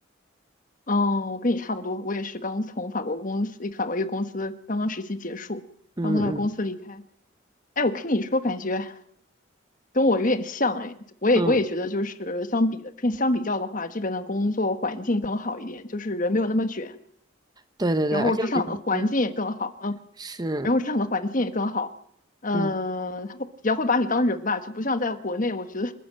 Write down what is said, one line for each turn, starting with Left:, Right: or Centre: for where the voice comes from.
Left: 嗯，我跟你差不多，我也是刚从法国公司，一个法国一个公司刚刚实习结束，
Right: 嗯嗯
Left: 刚从那个公司离开。哎，我听你说，感觉跟我有点像，哎，我也我也觉得就是相比的，
Right: 嗯，
Left: 相比较的话，这边的工作环境更好一点，就是人没有那么卷。
Right: 对对对，
Left: 然后职场的环境也更好，
Right: 而且我觉得，嗯，
Left: 嗯，
Right: 是，
Left: 然后职场的环境也更好，嗯，
Right: 嗯，
Left: 他会比较会把你当人吧，就不像在国内，我觉得